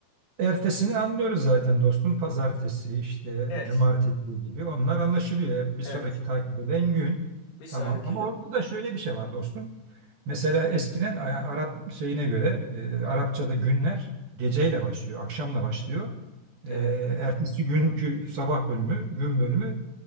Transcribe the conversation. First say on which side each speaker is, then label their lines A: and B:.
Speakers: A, on the right; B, on the left.
A: Ertesini anlıyoruz zaten dostum. Pazartesi işte
B: Evet.
A: Cumartesi gibi onlar anlaşılıyor. Bir
B: Evet.
A: sonraki takip eden gün
B: Bir sonraki
A: tamam ama
B: gün.
A: orada da şöyle bir şey var dostum. Mesela eskiden A- Arap şeyine göre e, Arapçada günler geceyle başlıyor, akşamla başlıyor. E,
B: Evet. Doğru.
A: ertesi günkü sabah bölümü, gün bölümü